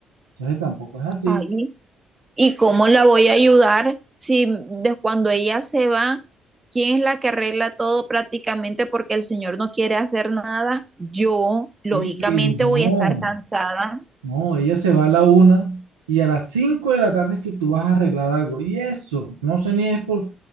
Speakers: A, on the right; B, on the right.
A: Entonces tampoco es así.
B: Ay, ¿y cómo la voy a ayudar si de cuando ella se va, quién es la que arregla todo prácticamente porque el señor no quiere hacer nada? Yo, lógicamente,
A: Oye, pero no,
B: voy a estar cansada.
A: no, ella se va a la una y a las cinco de la tarde es que tú vas a arreglar algo. Y eso, no sé ni es por,